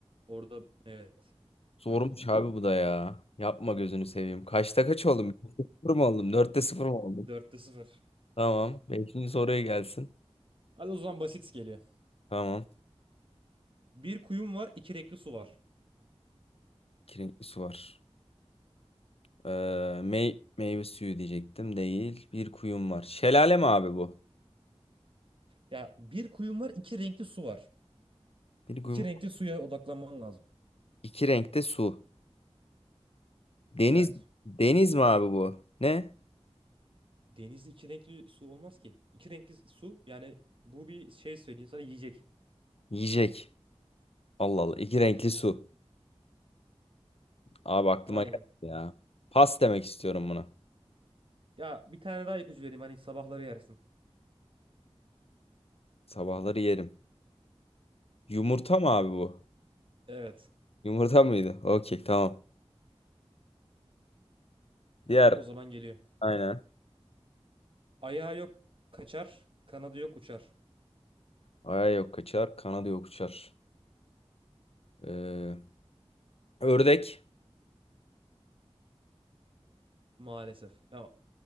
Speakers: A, on the right; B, on the left.
A: orada evet.
B: zormuş
A: Ay canım.
B: abi bu da ya. Yapma gözünü seveyim. Kaçta kaç oldum? Beşte Sıfır mı oldum? Dörtte sıfır mı oldum?
A: Dörtte sıfır.
B: Tamam. Beşinci soruya gelsin.
A: Hadi o zaman basit geliyor.
B: Tamam.
A: Bir kuyum var, iki renkli su var.
B: İki renkli su var. Ee, mey meyve suyu diyecektim. Değil. Bir kuyum var. Şelale mi abi bu?
A: Ya bir kuyum var, iki renkli su var.
B: Bir kuyum.
A: İki renkli suya odaklanman lazım.
B: İki renkte su. Deniz.
A: Evet.
B: Deniz mi abi bu? Ne?
A: Denizde iki renkli su olmaz ki. İki renkli su yani bu bir şey söyleyeyim sana yiyecek.
B: Yiyecek. Allah Allah. İki renkli su. Abi aklıma
A: Aynen.
B: geldi ya. Pas demek istiyorum buna.
A: Ya bir tane daha ipucu vereyim hani sabahları yersin.
B: Sabahları yerim. Yumurta mı abi bu?
A: Evet.
B: Yumurta mıydı? Okey tamam. Diğer
A: O zaman geliyor.
B: aynen.
A: Ayağı yok kaçar, kanadı yok uçar.
B: Aya yok kaçar. Kanadı yok uçar. Ee, ördek.
A: Maalesef. Ya,